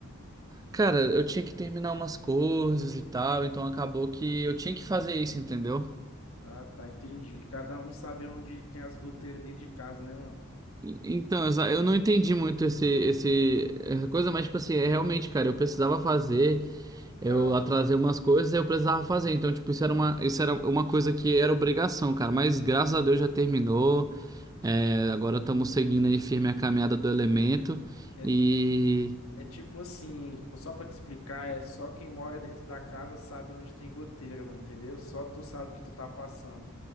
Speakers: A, on the right (about 15°); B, on the left (about 85°).
A: Cara, eu tinha que terminar umas coisas e tal, então acabou que eu tinha que fazer isso, entendeu?
B: Ah, tá, entendi. Cada um sabe onde tem as goteiras dentro de casa, né, mano?
A: E- Então, exa- eu não entendi muito esse, esse, essa coisa, mas, tipo assim, é realmente, cara, eu precisava fazer.
B: Não.
A: Eu atrasei umas coisas e eu precisava fazer. Então, tipo, isso era uma, isso era uma coisa que era obrigação, cara. Mas graças a Deus
B: é,
A: já terminou. É, agora estamos seguindo aí firme a caminhada do elemento.
B: é
A: E
B: É tipo assim, só pra te explicar, é só quem mora dentro da casa sabe onde tem goteira, mano, entendeu? Só tu sabe o que tu tá passando.